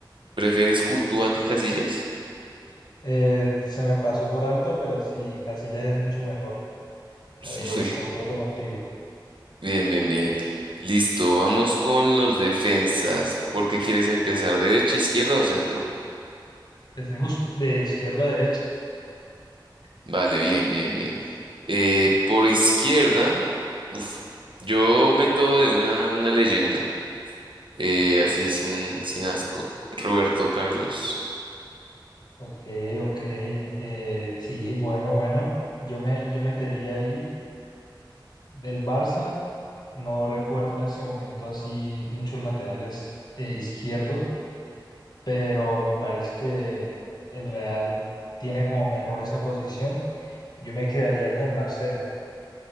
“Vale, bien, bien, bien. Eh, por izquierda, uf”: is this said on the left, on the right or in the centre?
Right